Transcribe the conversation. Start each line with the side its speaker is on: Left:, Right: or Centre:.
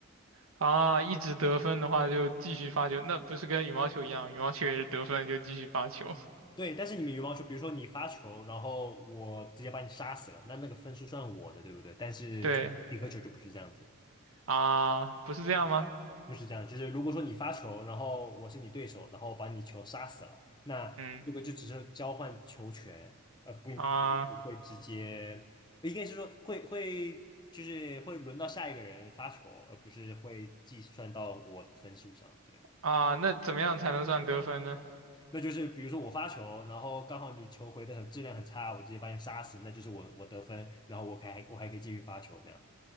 Right: 啊，一直得分的话就继续发球，那不是跟羽毛球一样，羽毛球也是得分就继续发球。
Left: 对，但是你们羽毛球，比如说你发球，然后我直接把你杀死了，那那个分数算我的，对不对？但是在匹克球就不是这样子，
Right: <laughs> 对啊，不是这样吗？
Left: 不是这样，就是如果说你发球，然后我是你对手，然后把你球杀死了，那这个就只是交换球权，
Right: 嗯
Left: 呃，不
Right: 啊
Left: 不会直接，应该是说会会就是会轮到下一个人发球，而不是会计算到我的分数上，对。
Right: 啊，那怎么样才能算得分呢？
Left: 那就是比如说我发球，然后刚好你球回的很质量很差，我直接把你杀死，那就是我我得分，然后我还我还可以继续发球这样。